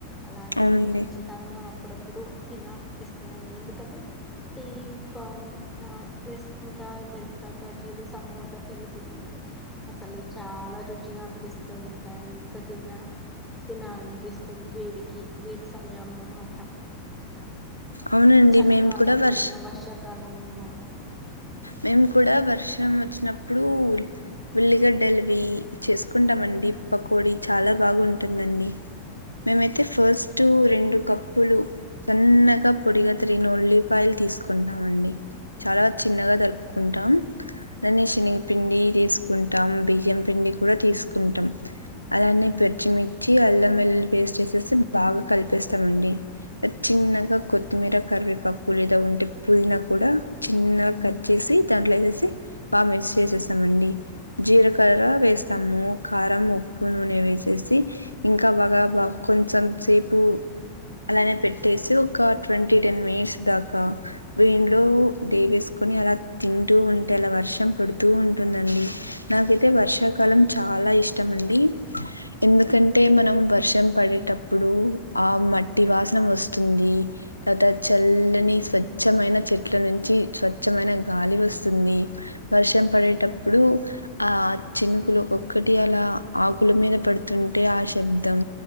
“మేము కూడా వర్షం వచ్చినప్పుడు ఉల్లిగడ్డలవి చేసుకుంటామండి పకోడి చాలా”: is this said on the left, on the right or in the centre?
Left